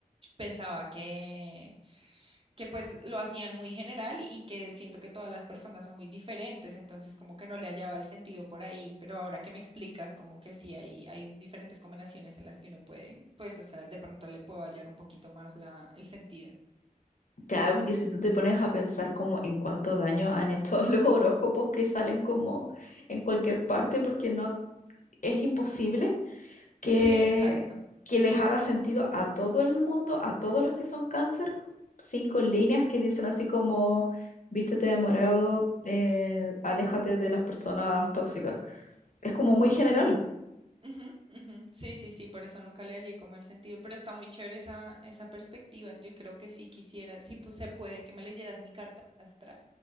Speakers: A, on the right (about 40°); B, on the left (about 65°).
A: pensaba que que pues lo hacían muy general y que siento que todas las personas son muy diferentes, entonces como que no le hallaba el sentido por ahí, pero ahora que me explicas como que sí hay, hay diferentes combinaciones en las que uno puede, pues o sea, de pronto le puedo hallar un poquito más la, el sentido.
B: Claro, porque si tú te pones a pensar como en cuánto daño han hecho <laughs> los horóscopos que salen como en cualquier parte, porque no es imposible que,
A: Sí, exacto.
B: que les haga sentido a todo el mundo, a todos los que son cáncer, cinco líneas que dicen así como, vístete de morado, eh, aléjate de las personas tóxicas. es como muy general,
A: Ujú, ujú. Sí, sí, sí, por eso nunca le hallé como el sentido, pero está muy chévere esa, esa perspectiva. Yo creo que sí quisiera, sí pues, se puede que me leyeras mi carta astral.